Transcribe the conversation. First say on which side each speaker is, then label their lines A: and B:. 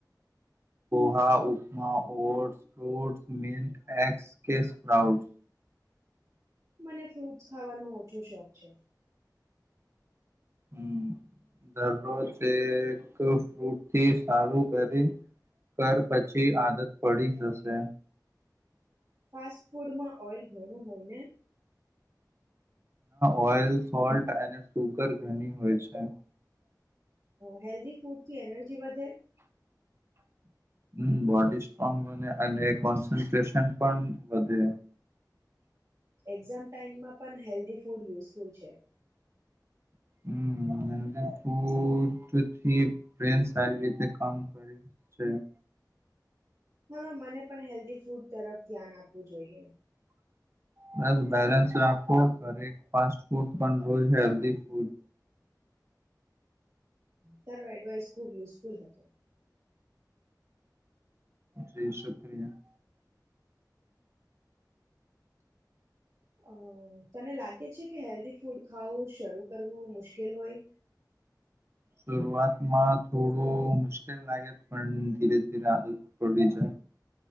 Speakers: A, on the right (about 35°); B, on the right (about 55°).
A: પહા, ઉપમા ઓટ્ ફ્રૂટ્સ મિલ્ક એગસ કે સ્પ્રાઉટ્
B: મને ફ્રૂટસ ખાવાનો, ઓછો શોખ છે.
A: હમ્મ દરરો, જ ફૂટથી સારું કરી કર પછી આદત, પડી જશે
B: ફાસ્ટ ફૂડમા ઓઈલ ઘણું હોય, ને
A: ઓઇલ, સોલ્ટ અને સુગર ઘણી હોય છે.
B: હેલ્ધી ફૂડથી એનર્જી, વધે
A: હમમ, બોડી સ્ટ્રોંગ બને અને કોન્સન્ટ્રેશન પણ વધે
B: એક્ઝામ, ટાાઈમમાં પણ હેલ્ધી ફૂડ યુઝફુલ છે.
A: હ હ, ફો ટ સારી રીતે કામ કર છે. હમ્મ
B: હવે, મને પણ હેલ્ધી ફૂડ તરફ ધ્યાન આપવું જોઈએ
A: બસ, બેલેન્સ રાખો ઘરે ફાસ્ટ ફૂડ પણ રોજ હેલ્ધ ફૂડ
B: તારો, એડવાઈસ ખુબ યુઝફુલ હતો.
A: જી શુક્રિયા
B: અ તને લાગે છે, કે હેલ્ધી ફૂડ ખાવું શરૂ કરવું મુશ્કેલ હોય.
A: <inaudible> શરૂઆતમાં થોડુ, મુશ્કેલ લાગે પણ ધીરે ધીરે આદત પડી જાય